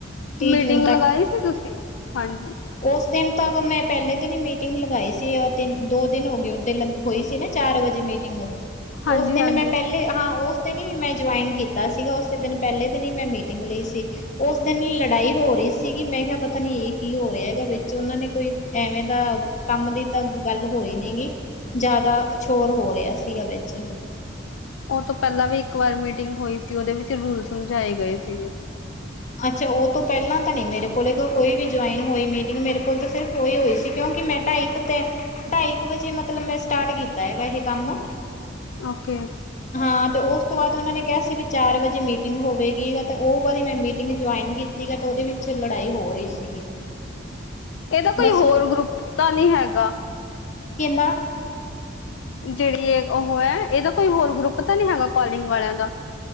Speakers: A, on the left; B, on the left.
A: ਤੀਹ
B: ਮੀਟਿੰਗ
A: ਜੂਨ
B: ਲਗਾਈ ਸੀ, ਤੁਸੀਂ ਹਾਂਜੀ।
A: ਔਸ ਦਿਨ ਤਾਂ ਮੈਂ ਪਹਿਲੇ ਦਿਨ ਹੀ ਮੀਟਿੰਗ ਲਗਾਈ ਸੀ ਤਿੰਨ, ਦੋ ਦਿਨ ਹੋ ਗੇ ਓ ਦੇ ਹੋਈ ਸੀ ਨਾ। ਚਾਰ ਵਜੇ ਮੀਟਿੰਗ
B: ਹਾਂਜੀ
A: ਔਸ ਦਿਨ
B: ਹਾਂਜੀ
A: ਮੈਂ ਪਹਿਲੇ ਹਾਂ ਔਸ ਦਿਨ ਹੀ ਮੈਂ ਜੁਆਇਨ ਕੀਤਾ ਸੀਗਾ ਉਸੇ ਦਿਨ ਪਹਿਲੇ ਦਿਨ ਹੀ ਮੈਂ ਮੀਟਿੰਗ ਲਈ ਸੀ। ਉਸ ਦਿਨ ਲੜਾਈ ਹੋ ਰਹੀ ਸੀਗੀ ਮੈਂ ਕਿਹਾ ਪਤਾ ਨੀ ਇਹ ਕੀ ਹੋ ਰਿਹਾ ਹੈਗਾ ਵਿੱਚ ਉਹਨਾਂ ਨੇ ਕੋਈ ਐਵੇਂ ਦਾ ਕੰਮ ਦੀ ਤਾਂ ਗੱਲ ਹੋਈ ਨੀ ਗੀ। ਜਾਦਾ ਸ਼ੋਰ ਹੋ ਰਿਹਾ ਸੀਗਾ ਵਿੱਚ।
B: ਉਹ ਤੋਂ ਪਹਿਲਾਂ ਵੀ ਇੱਕ ਵਾਰ ਮੀਟਿੰਗ ਹੋਈ ਸੀ ਉਹਦੇ ਵਿੱਚ ਰੂਲ ਸਮਝਾਏ ਗਏ ਸੀਗੇ।
A: ਅੱਛਾ ਉਹ ਤੋਂ ਪਹਿਲਾਂ ਤਾਂ ਨੀ ਮੇਰੇ ਕੋਲ ਕੋਈ ਵੀ ਜੁਆਇਨ ਹੋਈ ਮੀਟਿੰਗ ਮੇਰੇ ਕੋਲ ਤੇ ਸਿਰਫ ਉਹੀ ਹੋਈ ਸੀ ਕਿਉਂਕਿ ਮੈਂ ਤਾਂ ਇੱਕ ਤੇ ਢਾਈ ਕੁ ਵਜੇ ਮਤਲਬ ਮੈਂ ਸਟਾਰਟ ਕੀਤਾ ਹੈਗਾ ਇਹ ਕੰਮ।
B: ਓਕੇ।
A: ਹਾਂ ਤੇ ਉਸ ਤੋਂ ਬਾਦ ਉਹਨਾਂ ਨੇ ਕਿਹਾ ਸੀ ਵੀ ਚਾਰ ਵਜੇ ਮੀਟਿੰਗ ਹੋਵੇਗੀ ਤੇ ਉਹ ਵਾਰੀ ਮੈਂ ਮੀ ਟਿੰਗ ਜੁਆਇਨ ਕੀਤੀ ਗ ਤੇ ਉਹਦੇ ਵਿੱਚ ਲੜਾਈ ਹੋ ਰਹੀ ਸੀਗੀ।
B: ਏਹਦਾ ਕੋਈ
A: ਬਸ
B: ਹੋਰ ਗਰੁੱਪ ਤਾਂ ਨੀ ਹੈਗਾ।
A: ਕਿੰਨਾ?
B: ਜੇੜੀ ਇਹ ਉਹ ਹੈ ਇਹਦਾ ਕੋਈ ਹੋਰ ਗਰੁੱਪ ਤਾਂ ਨੀ ਹੈਗਾ ਕੋਲਿੰਗ ਵਾਲਿਆਂ ਦਾ।